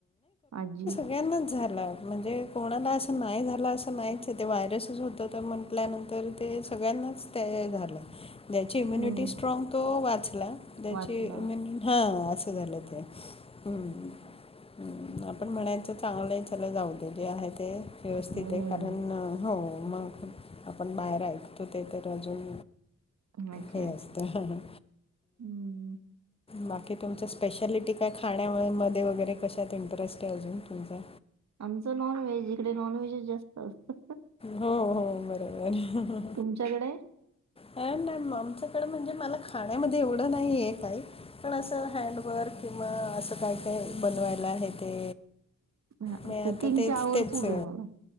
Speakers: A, on the right; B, on the left.
A: आजी
B: सगळ्या ना झालां. म्हणजे कोणाला असं नाही झालं असं नाहीच ते व्हायरसच होतं तर म्हटल्यानंतर ते सगळ्यांनाच ते झालं ज्याची इम्युनिटी
A: हम्म
B: स्ट्रॉंग तो वाचला त्याची
A: वाचला
B: हा असं झालं तर, हम्म ह आपण म्हणायचं चांगलं चला जाऊ देले आहे ते व्यवस्थित
A: हम्म
B: आहे कारण हो मग आपण बाहेर ऐकतो ते तर अजून
A: हम्म अच्छा
B: हे असतं.
A: हम्म
B: बाकी तुमचं स्पेशालिटी काय खाण्यामध्ये वगैरे कशात इंटरेस्ट आहे अजून तुमचा?
A: आमचं नॉनव्हेज इकडे नॉनव्हेजच जास्त असतं.
B: हो हो बरोबर.
A: तुमच्याकडे?
B: ह मॅ आमच्याकडं म्हणजे मला खाण्यामध्ये एवढं नाही आहे काय. पण असं हँडवर्क किंवा असं काय काय बनवायला हे ते
A: ह
B: मी आता
A: कुकिंगची
B: तेच
A: आवड
B: तेच
A: खूप हे मला.